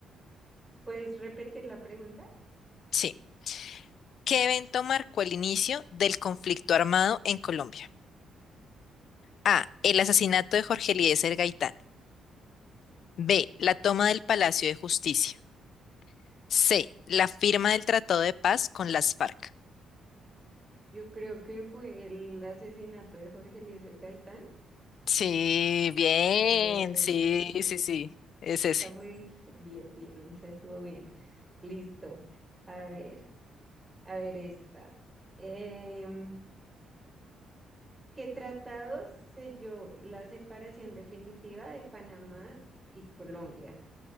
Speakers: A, on the right (about 15°); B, on the left (about 60°).
A: ¿Puedes repetir la pregunta?
B: Sí. ¿Qué evento marcó el inicio del conflicto armado en Colombia? A. El asesinato de Jorge Eliezer Gaitán. B. La toma del Palacio de Justicia. C. La firma del Tratado de Paz con las FARC.
A: Yo creo que fue el asesinato de Jorge Eliezer Gaitán.
B: Sí, bien.
A: A ver,
B: Sí, sí, Sí. sí. Es ese.
A: esta fue <laughs> bien, bien, esa estuvo bien. Listo. A ver, a ver esta. Em, ¿qué tratado selló la separación definitiva de Panamá y Colombia?